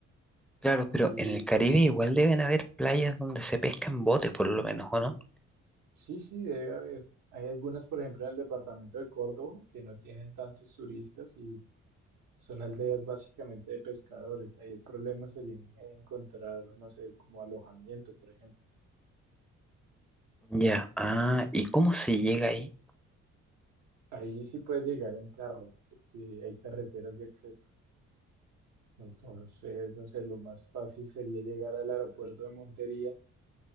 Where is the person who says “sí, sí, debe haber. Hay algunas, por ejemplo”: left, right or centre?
Right